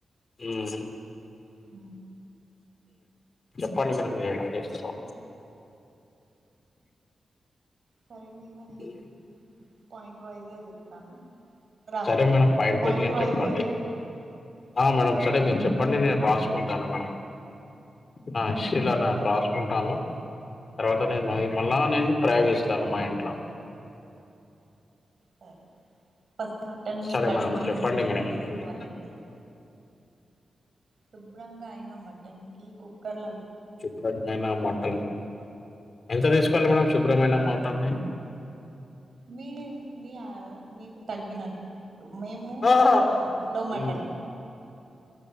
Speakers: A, on the left; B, on the right.
A: ఉమ్మ్
B: ఉ
A: చెప్పండి మేడం మీరు ఎలా చేస్తారో
B: సరే సరే వినండి
A: ఇ
B: పాయింట్ వైజ్ గా చెప్తాను రాసుకోండి
A: సరే మేడం పాయింట్ వైస్ గానే
B: వైజ్
A: చెప్పండి
B: గా చెప్తాను.
A: ఆ మేడం సరే
B: ఉమ్,
A: మీరు చెప్పండి
B: ఫస్ట్
A: నేను రాసుకుంటాను మేడం నా ఇస్లా
B: సారి
A: నను
B: సార్
A: రాసుకుంటాను తర్వాత నేను మళ్ళ నేను ప్రయత్ని తను మ ఇంట్లా
B: సరే పసుపు మటన్ని
A: సరే
B: కడిగి
A: మేడం చెప్పండి
B: శుభ్రంగా
A: మేడం
B: చేసుకోవాలండి
A: ఉమ్,
B: శుభ్రంగా అయిన మటన్ కి కుక్కర్
A: చుల నాయనా మటన్ ఎంత తీసుకోవాలి మేడం శుభ్రమైన మాటల్ని
B: మీ మీ మీ తగ్గిన మేము
A: ఆహా
B: కిలో మటన్
A: ఉమ్,